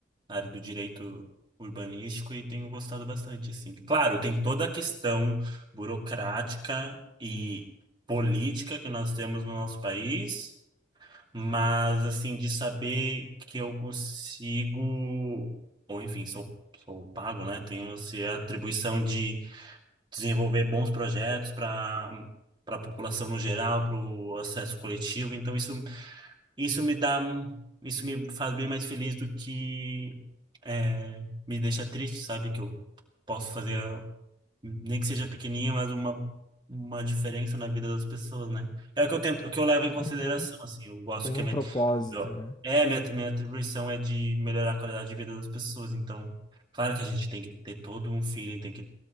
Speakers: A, on the right (about 25°); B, on the left (about 25°).
A: na área do direito urbanístico, e tenho gostado bastante, assim. Claro, tem toda a questão burocrática e política que nós temos no nosso país, mas, assim, de saber que eu consigo, ou enfim, sou, sou pago, né? Tenho, assim, a atribuição de desenvolver bons projetos para para a população no geral, para o acesso coletivo. Então isso isso me dá isso me faz bem mais feliz do que é, me deixa triste, sabe? Que eu posso fazer nem que seja pequenininha, mas uma uma diferença na vida das pessoas, né? É o que eu tento, o que eu levo em consideração,
B: Uhum.
A: assim. Eu gosto
B: Tem
A: que
B: um
A: a minha,
B: propósito,
A: meu-
B: né?
A: é, a minha, minha atribuição é de melhorar a qualidade de vida das pessoas. Então, claro que a gente tem que ter todo um feeling, tem que